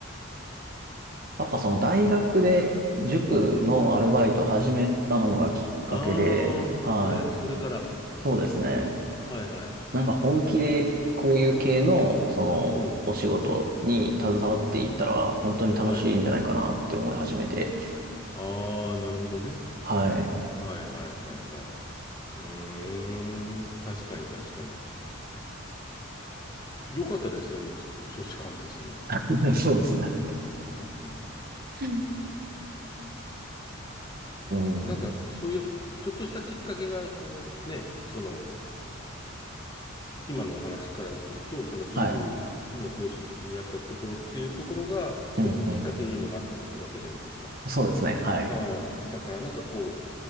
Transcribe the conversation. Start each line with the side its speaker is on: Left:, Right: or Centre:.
Right: やっぱその大学で塾のアルバイトを始めたのがきっかけで、
Left: うん。ああ、
Right: はい。
Left: それ、それから。
Right: そうですね。
Left: はいはい。
Right: なんか本気でこういう系のそのお仕事に携わっていったら本当に楽しいんじゃないかなって思い始めて、
Left: うん。はい。ああ、なるほどね。
Right: はい。
Left: はいはいはいはい。うーん。確かに確かに。よかったですね。その初志貫徹で。
Right: <laughs> そうですね。
Left: うん。
Right: はい。うん。
Left: なんか、そういう、ちょっとしたきっかけが、こう、ね、その、今のお話からすると、その塾の講師になったところっていうところが、
Right: はい。
Left: 一つのきっかけにもなってるわけじゃないですか。
Right: うんうん。そうですね。はい。
Left: ああ、だからなんかこ